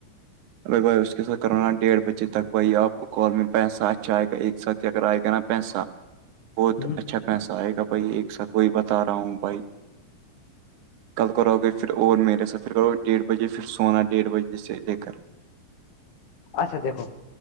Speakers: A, on the right; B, on the left.
A: بائی بھائی اس کے ساتھ کروانا ڈیھ بجے تک بھائی آپ کو کال میں پیسہ اچھا ائے گا ساتھ ہی اگر ائے گا نہ پیسہ بہت
B: ہ
A: اچھا پیسا آئے گا بھائی ایک سا تھ وہی بتا رہا ہوں بھائی کل کراؤ گے پھر اور میرے ساتھ پھر ڈیڑھ بجے پھر سونا ڈیڑھ بجے سے لے کر
B: اچھا دیکھو